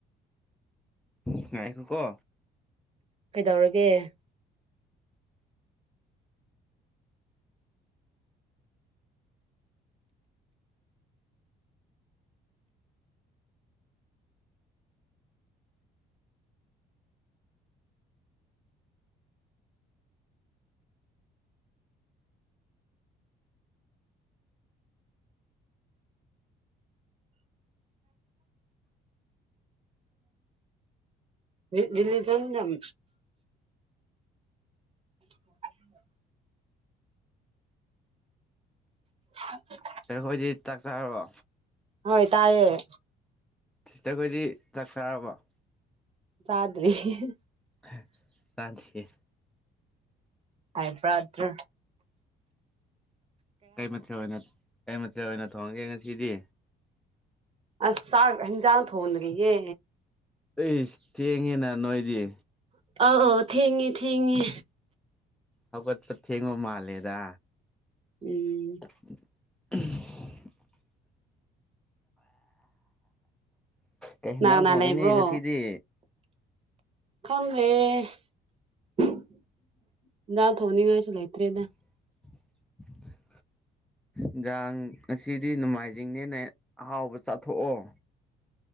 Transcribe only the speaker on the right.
ꯀꯩꯗꯧꯔꯒꯦ
ꯔꯤꯂꯤꯖꯟ ꯌꯥꯝ <inaudible> ꯎ <inaudible>
ꯍꯣꯏ ꯇꯥꯏꯌꯦ
ꯆꯥꯗ꯭ꯔꯤ ꯍꯤꯍꯤ
ꯍꯥꯏ ꯕ꯭ꯔꯥꯗ꯭ꯔꯥ
ꯑꯁ ꯆꯥꯛ ꯍꯦꯟꯖꯥꯡ ꯊꯣꯡ ꯗꯔꯤꯌꯦ
ꯑꯥꯎ ꯊꯦꯡꯉꯦ ꯊꯦꯡꯉꯦ
ꯎꯝ
ꯀꯅꯥ ꯀꯅꯥ
ꯂꯩꯕ꯭ꯔꯣ
ꯈꯪꯗꯔ꯭ꯦ ꯊꯣꯡꯅꯤꯡꯉꯥꯏꯁꯨ ꯂꯩꯇ꯭ꯔꯦꯗ